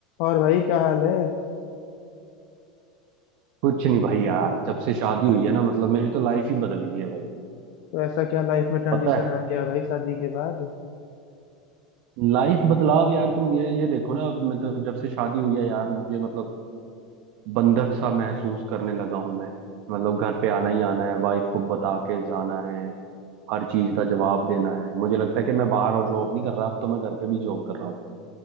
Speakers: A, on the left; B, on the right.
A: और भाई क्या हाल है
B: कुछ नहीं भाई यार जब से शादी हुई है ना मतलब मेरी तो लाइफ ही बदल गई है भाई
A: तो ऐसा क्या लाइफ में ट्रांजिशन
B: पता है
A: आ गया भाई शादी के बाद
B: लाइफ बदलाव यार तुम ये ये देखो ना अभी मतलब जब से शादी हुई है यार मुझे मतलब बंधक सा महसूस करने लगा हूं मैं मतलब घर पे आना ही आना है वाइफ को बता के जाना है हर चीज का जवाब देना है मुझे लगता है कि मैं बाहर और जॉब नहीं कर रहा अब तो मैं घर पे भी जॉब कर रहा हूँ